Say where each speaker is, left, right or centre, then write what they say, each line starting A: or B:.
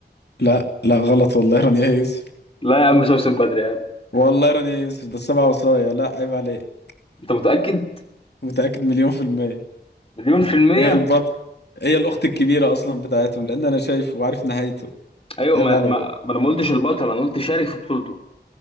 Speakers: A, on the left; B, on the left.
A: لا لا غلط والله رانيا يوسف
B: لا يا عم سوسن بدر يا عم
A: والله رانيا يوسف ده السبعة وصايا لا عيب عليك
B: انت متأكد
A: متأكد مليون في المية
B: مليون في المية
A: هي البطل هي الأخت الكبيرة أصلا بتاعتهم لأن أنا شايفه وعارف نهايته
B: ايوه
A: عيب
B: ما
A: عليك
B: ما, ما انا ما قلتش البطل انا قلت شارك في بطولته